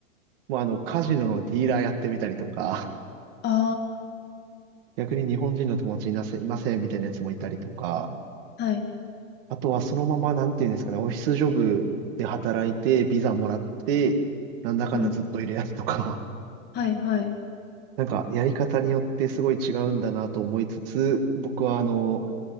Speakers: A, on the right (about 40°); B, on the left (about 25°).
A: もうあの、カジノのディーラーやってみたりとか、
B: あ
A: 逆に日本人の友達いなせ、いませんみたいなやつもいたりとか、
B: ー、はい、
A: あとはそのまま、なんていうんですかね、オフィスジョブで働いて、ビザもらって、なんだかんだずっといるやつとか、
B: うん、はい、はい、
A: なんかやり方によってすごい違うんだなと思いつつ、僕はあの、